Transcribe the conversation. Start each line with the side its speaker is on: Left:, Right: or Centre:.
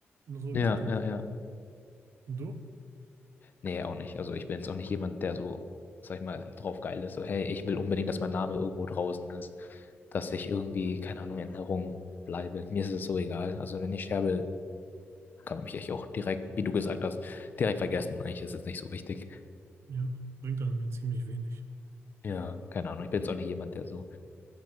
Right: Bin sowieso
Left: Ja,
Right: tot.
Left: ja, ja.
Right: Und du?
Left: Nee, auch nicht. Also ich bin jetzt auch nicht jemand, der so, sag ich mal, drauf geil ist. So, hey, ich will unbedingt, dass mein Name irgendwo draußen ist. Dass ich irgendwie, keine Ahnung, in Erinnerung bleibe. Mir ist es so egal. Also wenn ich sterbe, kann man mich echt auch direkt, wie du gesagt hast, direkt vergessen. Eigentlich ist es nicht so wichtig.
Right: Ja, bringt einem ja ziemlich wenig.
Left: Ja, keine Ahnung. Ich bin jetzt auch nicht jemand, der so,